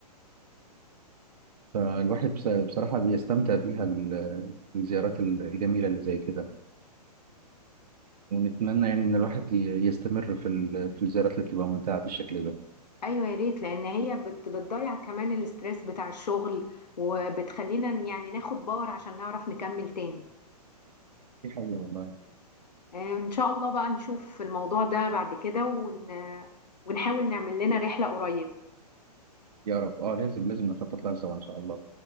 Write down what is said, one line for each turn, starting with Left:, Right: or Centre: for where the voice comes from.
Right: فالواحد بس- بصراحة بيستمتع بيها ال- الزيارات ال- الجميلة اللي زي كده ونتمنى يعني إن الواحد ي- يستمر في ال- في الزيارات اللي بتبقى ممتعة بالشكل ده
Left: ايوه يا ريت لان هي بت بتضيع كمان الاسترس بتاع الشغل وبتخلينا ن- يعني ناخد باور عشان نعرف نكمل تاني
Right: دي حقيقة والله
Left: آه، ان شاء الله بقى نشوف الموضوع ده بعد كده ون... ونحاول نعمل لنا رحلة قريب
Right: يا رب اه لازم لازم نخطط لها سوا إن شاء الله